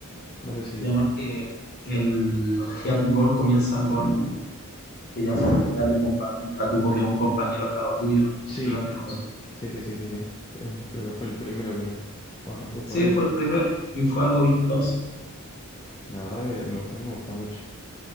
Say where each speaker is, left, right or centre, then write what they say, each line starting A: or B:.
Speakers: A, on the left (about 20°); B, on the left (about 45°).
A: No sé si...
B: Y además que el Heart Gold comienza con que ya puedes tener a tu compañero, a tu Pokémon compañero al lado tuyo
A: Sí,
B: durante el juego.
A: sí, sí, sí, sí, sí. Eh, creo que fue el primero que arrancó
B: Sí,
A: por ahí.
B: fue el primero y fue algo vistoso.
A: La verdad que me- a mí me gusta mucho.